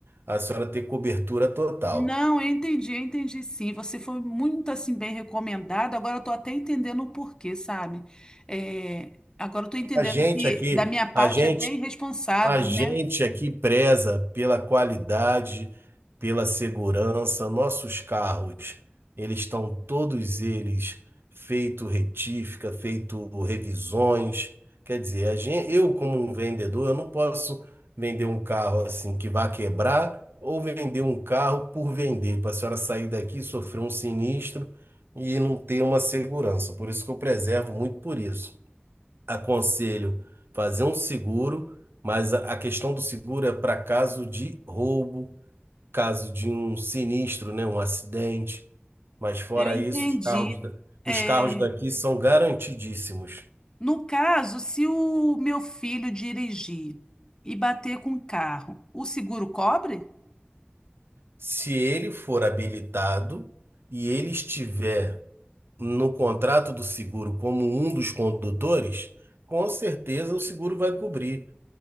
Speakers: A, on the right (about 70°); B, on the left (about 20°).
A: a senhora ter cobertura total.
B: Não, eu entendi, eu entendi sim. Você foi muito assim bem recomendado. Agora eu tô até entendendo o porquê, sabe? É, agora eu tô entendendo
A: A gente
B: que
A: aqui,
B: da minha parte
A: a gente
B: é até irresponsável,
A: A gente
B: né?
A: aqui preza pela qualidade, pela segurança. Nossos carros, eles estão todos eles feito retífica, feito revisões. Quer dizer, a gen- eu como um vendedor, eu não posso vender um carro assim que vai quebrar ou vender um carro por vender, para a senhora sair daqui, sofrer um sinistro e não ter uma segurança. Por isso que eu preservo muito por isso aconselho fazer um seguro, mas a a questão do seguro é para caso de roubo, caso de um sinistro, né, um acidente. Mas fora
B: Eu entendi.
A: isso, os carros, da- os
B: É,
A: carros daqui são garantidíssimos.
B: no caso, se o meu filho dirigir e bater com o carro, o seguro cobre?
A: Se ele for habilitado e ele estiver no contrato do seguro como um dos condutores, com certeza o seguro vai cobrir.